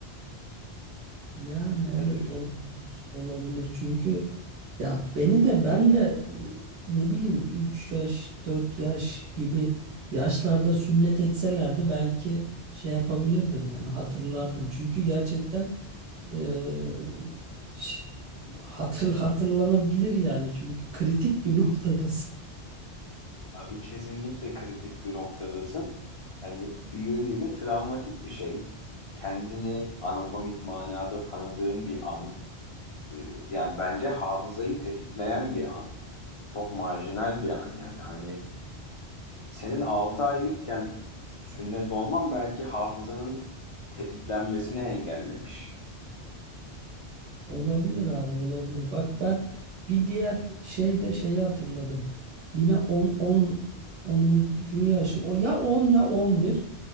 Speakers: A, on the right; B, on the left.
A: Yani evet
B: Ne diyorsun?
A: olabilir. Olabilir. Çünkü ya beni de ben de e, ne bileyim 3 yaş 4 yaş gibi yaşlarda sünnet etselerdi belki şey yapabilirdim yani hatırlardım. Çünkü gerçekten eee, ş- hatır, hatırlanabilir yani çünkü kritik bir noktada <laughs>
B: Abi kesinlikle kritik bir noktadasın. Hani bir yönüyle travmatik bir şey. Kendini anatomik manada tanıdığın bir an. Ee, Yani bence hafızayı tetikleyen bir an. Çok marjinal bir an yani. Hani senin 6 aylıkken sünnet olman belki hafızanın tetiklenmesini engellemiş.
A: Olabilir abi olabilir. Bak ben bir diğer şey de şeyi hatırladım. Yine 10 10 onuncu yaşı. O ya 10 ya 11